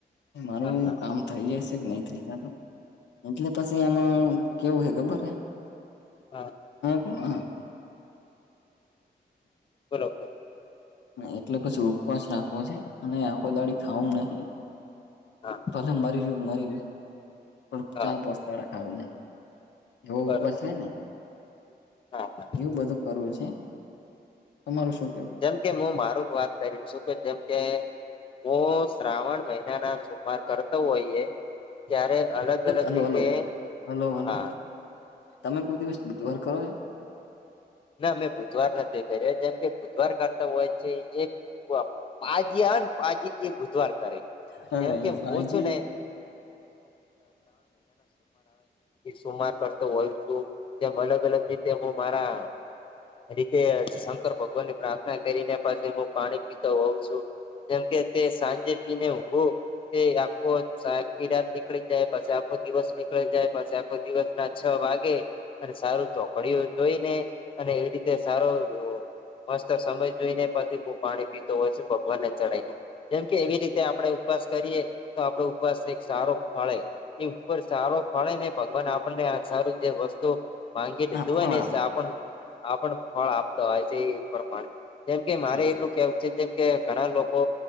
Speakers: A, on the left; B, on the left.
A: મારું
B: હા હા
A: કામ થઈ જાય છે કે નહી થઈ જાય એટલે પછી એમાં કેવું હ ખબર હ
B: હા
A: હ હ
B: બોલો
A: એટલે પછી ઉપવાસ રાખવો છે અને આખો દાડે ખાવું નહી
B: હા હા
A: ભલે મરી જય, મરી પણ
B: હા
A: ચાર પોસ દાડા ખાવું નહી એવો
B: બરોબર
A: ઉપાસ રે ને
B: હા
A: એવું બધું કરવું છે. તમારું શું કેવું
B: જેમકે હું મારું વાત કરી છું કે જેમકે હું શ્રાવણ મહિના ના સોમવાર કરતો હોઈએ ત્યારે અલગ અલગ
A: હલો
B: રીતે
A: હલો હલો હલો
B: હા.
A: તમે કોઈ દિવસ બુધવાર કરો?
B: ના અમે બુધવાર નથી કર્યો જેમ કે બુધવાર કરતા હોય છે એ પાજી ને પાજી એ બુધવાર કરે
A: હા
B: જેમ કે
A: એ પાજી
B: હું છું ને <unintelligible> સોમાર કરતો હોય છું તેમ અલગ અલગ રીતે હું મારા રીતે શંકર ભગવાન ની પ્રાર્થના કરીને પાછ હું પાણી પીતો હોઉ છું. જેમકે તે સાંજે પીને હો. તે આખો સાહેબ કીરા નીકળી જાય પાછ આખો દિવસ નીકળી જાય પાછ આખો દિવસ. ના છ વાગે અને સારું ચોકડીઓ જોઈને અને એવી રીતે સારો. મસ્ત સમય જોઈને પછી હું પાણી પીતો હોય છું ભગવાનને ચઢી ને. જેમ કે એવી રીતે આપડણે ઉપવાસ કરીએ તો આપડો ઉપવાસ એક સારો ફળે. એ ઉપર સારો ફળે ને ભગવાન આપણને આ સારું જે વસ્તુ. માંગી લીધું
A: હા ફળ
B: હોય ને
A: આપે
B: આપ આપણ ફળ આપતો હોય છે એ પ્રમાણે. જેમ કે મારે
A: હા
B: એટલું કેવું છે જેમ કે ઘણા લોકો.